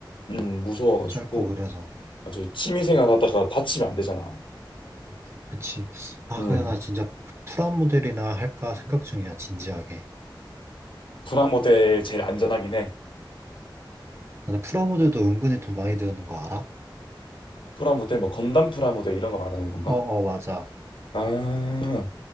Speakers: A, on the left; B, on the right.
A: 응, 무서워가지고.
B: 짧고 그래서.
A: 맞아, 취미생활 하다가 다치면 안 되잖아.
B: 그치. 아,
A: 응,
B: 그래, 나 진짜 프라모델이나 할까 생각 중이야, 진지하게.
A: 프라모델 제일 안전하긴 해.
B: 근데 프라모델도 은근히 돈 많이 드는 거 알아?
A: 프라모델, 뭐 건담 프라모델 이런 거 말하는 건가?
B: 어, 어, 맞아.
A: 아,